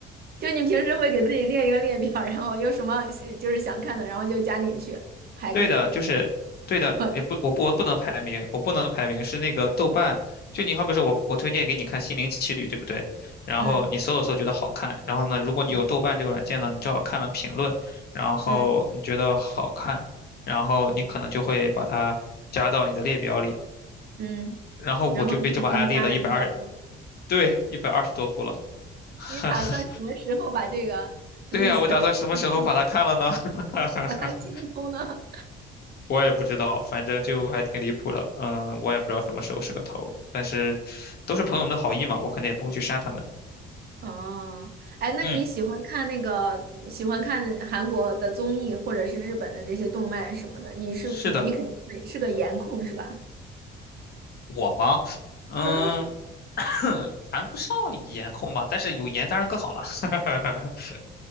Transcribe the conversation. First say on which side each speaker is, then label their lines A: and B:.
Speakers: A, on the right; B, on the left.
A: 就你平时会给自己列一个列表，然后有什么就是想看的，然后就加进去，排个名。
B: 对的，就是对的，
A: 我的，
B: 也不，我不，我不能排名，我不能排名，是那个豆瓣，就你好比说我，我推荐给你看《心灵奇旅》，对不对？然后你搜了搜觉得好看，
A: 嗯
B: 然后呢，如果你有豆瓣这个软件呢，
A: 嗯，
B: 你正好看了评论，然后你觉得好看，
A: 嗯
B: 然后你可能就会把它加到你的列表里，
A: 嗯，
B: 然后我就被这么安利了一百二，
A: 然后你已经加了一百多名，
B: 十，对，一百二十多部了。<laughs>
A: 你打算什么时候把这个 list
B: 对呀，我打算什么时候把它看了呢？
A: 清空，
B: <laughs>
A: <laughs> 把它清空呢？
B: 我也不知道，反正就还挺离谱的。嗯，我也不知道什么时候是个头儿但是都是朋友们的好意嘛，我肯定也不会去删他们。
A: 哦，哎，那你喜欢看那个喜欢看韩国的综艺，
B: 嗯，
A: 或者是日本的这些动漫什么的？你是你你肯定是是个颜控是吧？
B: 是的，我吗？嗯，
A: <laughs>
B: <coughs> <clears throat> 谈不上颜控吧，但是有颜当然更好了。<laughs>